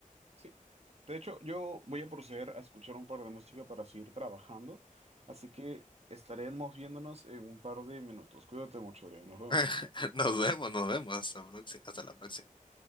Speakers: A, on the right; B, on the left.
A: Sí. De hecho, yo voy a proceder a escuchar un par de música para seguir trabajando, así que estaremos viéndonos en un par de minutos. Cuídate mucho, Adrián. Nos vemos.
B: <laughs> Nos vemos, nos vemos. Hasta, próxi- hasta la próxima.